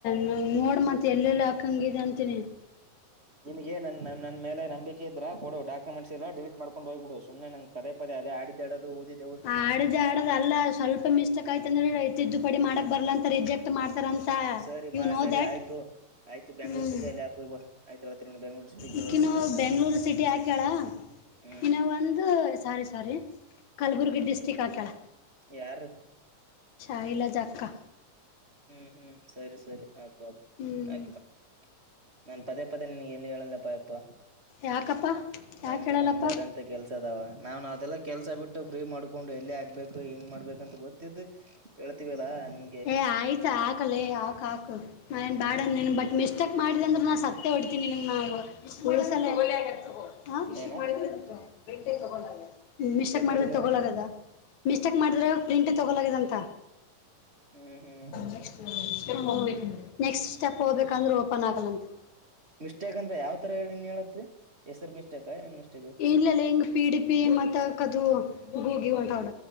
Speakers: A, on the left; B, on the right.
A: ನ ನೋಡ್ ಮತ್ ಎಲ್ಲೆಲ್ಲೋ ಹಾಕಂಗಿದ ಅಂತೀನಿ. <unintelligible>
B: ನಿಮಗೆ ನನ್ನ ನನ್ನೇಲೆ ನಂಬಿಕೆ ಇದ್ರೆ ಕೊಡು ಡಾಕ್ಯುಮೆಟ್ಸ್ ಎಲ್ಲಾ ಡಿಲೀಟ್ ಮಾಡಕೊಂಡು ಹೋಗಿಬುಡು ಸುಮ್ಮನೆ ನಂಗ್ ಪದೇ ಪದೇ ಅದೆ ಆಡಿದ್ ಆಡದು ಊದಿದ್
A: ಆಡ್ದ್ ಆಡದೇ ಅಲ್ಲ ಸ್ವಲ್ಪ ಮಿಸ್ಟೇಕ್ ಆಯತ್ ಅಂದ್ರೆ ತಿದ್ದುಪಡಿ ಮಾಡಕ್ ಬರಲ್ಲಾ ಅಂತ ರಿಜೆಕ್ಟ್ ಟ್ ಮಾಡ್ತಾರಂತ.
B: ಸರಿನಾ
A: ಯು ನೋ
B: ಸರಿ
A: ದ್ಯಾಟ್
B: ಆಯ್ತು ಆಯ್ತು ಬೆಂಗಳೂರು
A: ಹ್ಮ್
B: ಸಿಟಿಯಲ್ಲಿ ಹಾಕಹೋಗ ಬಾ ಆಯ್ತು ಹ ನೋ ಬೆಂಗಳೂರು ಸಿಟಿ ಗುಲ್ಬರ್ಗ
A: ಇಕ್ಕಿನ
B: ಸಿಟಿ ಆಗಿ ಬಂದ್
A: ಬೆಂಗಳೂರು ಸಿಟಿ ಹಾಕ್ಯಾಳ
B: ಹ್ಮ್
A: ಇನ್ನವ ಒಂದು ಸಾರಿ ಸಾರಿ ಕಲಬುರ್ಗಿ ಡಿಸ್ಟ್ರಿಕ್ ಹಾಕ್ಯಾಳ.
B: ಯಾರ್
A: ಶಾಯಿಲ ಜಗಕ್ಕಾ
B: ಹ್ಮ್ ಹ್ಮ್ ಸರಿ ಸರಿ ಹಾಕು ಹಾಕು
A: ಹ್ಮ್
B: ಹಾಕಿ ಬಾ. ನಾನ್ ಪದೇ ಪದೇ ನನಿಗೆ ಏನೂ ಹೇಳಲ್ಲಪ್ಪಯಪ್ಪ
A: ಯಾಕಪ್ಪ
B: ನಮಗು
A: ಯಾಕೆ ಹೇಳಲ್ಲಪ್ಪ
B: ನಮ್ದ ಅದಂತ್ ದಂತ್ತ ಕೆಲಸ ಅದಾವ ನಾನ್ ಅದೆಲ್ಲಾ ಕೆಲಸ ಬಿಟ್ಟು ಫ್ರೀ ಮಾಡ್ಕೊಂಡು ಎಲ್ಲಿ ಆಗ್ಬೇಕು ಹೆಂಗ್ ಮಾಡ್ಬೇಕಂತ ಗೊತ್ತಿದ್ದೂ ಹೇಳ್ತೀವಿ ಅಲ್ಲಾ ನೀ
A: ಏ ಆಯ್ತಾ ಹಾಕಲೇ ಹಾಕ್ ಹಾಕ್ ನಾನ್ ಬಾಡಂದ್ ನನ್ ಬಟ್ ಮಿಸ್ಟೇಕ್ ಮಾಡಿದೆ ಅಂದ್ರೆ ನಾ ಸತ್ತೆ ಹೊಡ್ತೀನಿ ನಿನ್ಗ್ ನಾವ್ ಒಲೆ ಆಗ ತಗೋಷ್ಟ
B: ಏನ
A: ಮಾಡಿದ್ರ ಗಂಟೆ ತಗೋಳಲ್ಲ. ಮಿಸ್ಟೇಕ್ ಮಾಡ್ರೆ
B: ಮಾಡಿದ ಅಂದ್ರೆ
A: ತಗೊಳದ ಮಿಸ್ಟೇಕ್ ಮಾಡಿದ್ರೆ ಪ್ರಿಂಟ್ ತಗೊಲದಂತ.
B: ಹ್ಮ್ ಹ್ಮ್
A: ನೆಕ್ಸ್ಟ್ ಸ್ಟೇಪ್ ಹೋಗಬೇಕಾಂದ್ರೂ ನೆಕ್ಸ್ಟ್ ಸ್ಟೆಪ್ ಹೋಗ್ಬೇಕಂದ್ರೂ ಓಪನ್ ಆಗಲ್ಲಂತೆ.
B: ಮಿಸ್ಟೇಕ್ ಅಂದ್ರೆ ಯಾವ್ ತರ ಹೇಳಿನ್ ಹೇಳತಿ ಹೆಸರು ಮಿಸ್ಟೇಕ ಏನ್ ಮಿಸ್ಟೇಕು
A: ಇಲ್ಲಲ್ಲ ಹೀಗೆ ಪಿ ಡಿ ಪಿ ಮತ್ತು ಹಾಕದು ಹಗ ಹೋಗಿ ಒಂಟ ಹೌಡ